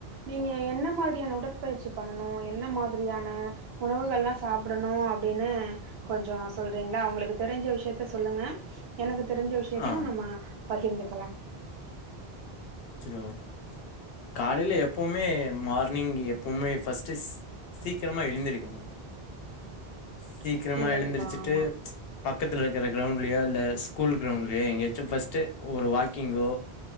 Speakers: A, on the right (about 75°); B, on the left (about 70°).
A: நீங்க என்ன மாரி ரியான உடற்பயிற்சி பண்ணனு என்ன மாதிரியான உணவுகள்லா சாப்டணு அப்டினு கொஞ்சோ சொல்றீங்ளா ஒங்களுக்கு தெரிஞ்ச விஷ்யத்த சொல்லுங்க எனக்கு தெரிஞ்ச விஷ்யத்தயு
B: ஆ
A: நம்ம பகிர்ந்துகலா
B: செரி ஓகே காலைல எப்பவுமே மார்னிங் எப்பவுமே ஃபர்ஸ்டிஸ் சீக்கரமா எழுந்திருக்கணு
A: <inaudible>
B: சீக்கரமா
A: நல்லதுப்பா
B: எழுந்திருச்சிட்டு
A: ஆமா
B: பக்கத்துல இருக்குற க்ரௌண்ட்லியா இல்ல ஸ்கூல் க்ரௌண்ட்லியா எங்கியாச்சு ஃபஸ்ட்டு ஒரு வாக்கிங்கோ